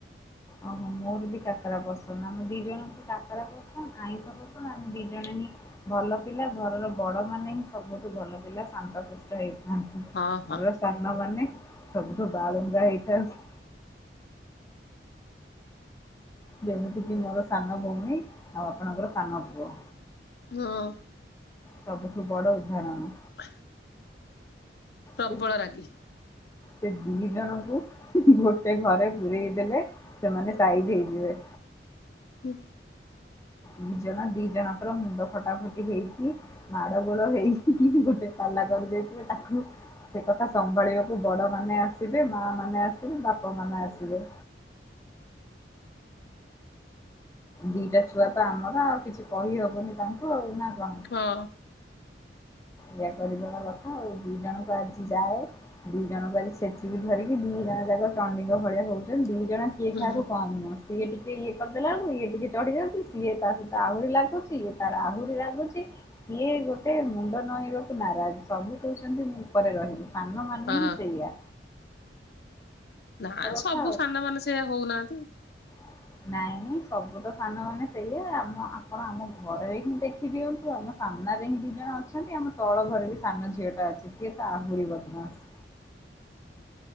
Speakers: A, on the left; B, on the left.
A: ଓହୋ ମୋର ବି କାକରା ପସନ୍ଦ। ଆମ ଦି ଜଣଙ୍କୁ କାକରା ପସନ୍ଦ ଆଇଁସ ପସନ୍ଦ ଆମେ ଦି ଜଣ ହିଁ ଭଲ ପିଲା, ଘରର ବଡ ମାନେ ହିଁ ସବୁଠୁ ଭଲ ପିଲା ଶାନ୍ତଶିଷ୍ଟ ହେଇଥାନ୍ତି।
B: ହଁ ହଁ
A: ଘରର ସାନ ମାନେ ସବୁଠୁ ବାଳୁଙ୍ଗା ହେଇଥାନ୍ତି। ଯେମିତି କିି ମୋର ସାନ ଭଉଣୀ, ଆଉ ଆପଣଙ୍କର ସାନ ପୁଅ।
B: ହଁ।
A: ସବୁଠୁ ବଡ ଉଦାହରଣ।
B: । ପ୍ରବଳ
A: ସେ
B: ରାଗି।
A: ସେ ଦି ଜଣଙ୍କୁ ଗୋଟେ ଘରେ ପୂରେଇ ଦେଲେ ସେମାନେ ସାଇଜ ହେଇଯିବେ।
B: ହୁଁ।
A: ଦୁ ଜଣ ଦି ଜଣଙ୍କର ମୁଣ୍ଡ ଫଟାଫଟି ହେଇକି ମାଡ ଗୋଳ ହେଇକି ଗୋଟେ ପାଲା କରିଦେଇଥିବେ ତାକୁ ସେ କଥା ସମ୍ଭାଳିବାକୁ ବଡ ମାନେ ଆସିବେ ମା ମାନେ ଆସିବେ ବାପା ମାନେ ଆସିବେ। ଦିଟା ଛୁଆ ତ ଆମର ଆଉ କିଛି କହିହବନି ତାଙ୍କୁ ନା କଣ।
B: ହଁ।
A: ଇୟା କରିବାଦବା କଥା ଆଉ ଦିଇ ଜଣଙ୍କୁ ଆଜି ଯାଏ ଦି ଜଣ କରି ସେଚିବି ଧରିକି ଦି ଜଣ ଯାକ ଚଣ୍ଡିଙ୍କ ଭଳିଆ ହଉଛନ୍ତି ଦି ଜଣ କେହି
B: ହୁଁ
A: କାହାକୁ କମ ନୁହେଁ ସିଏ ଟିକେ ଇଏ କରିଦେଲା ବେଳା କୁ ଇଏ ଟିକେ ଚଢି ଯାଉଛି ସିଏ ତା ସହିତ ଆହୁରି ଲାଗୁଛି ଇଏ ତାର ଆହୁରି ଲାଗୁଛି ଇଏ ଗୋଟେ ମୁଣ୍ଡ ନଇବାକୁ ନାରାଜ ସବୁ କହୁଛନ୍ତି ମୁଁ ଉପରେ ରହିବି ସାନମାନେ
B: ହଁ
A: ହିଁ ସେଇୟଆ।
B: ନା
A: କଥା
B: ସବୁ ସାନ ମାନ ସେଇୟଆ ହଉନାହାନ୍ତି।
A: । ନାଇଁ ନାଇଁ ସବୁ ତ ସାନମାନେ ସେଇଆ ଆମ ଆପଣ ଆମ ଘରେ ବିକି ଦେଖିଦିଅନ୍ତୁ ଆମ ସାମ୍ନାରେ ହିଁ ଦି ଜଣ ଅଛନ୍ତି ଆମ ତଳ ଘରେ ବି ସାନ ଝିଅ ଟା ଅଛି ସିଏ ତ ଆହୁରି ବଦମାସ।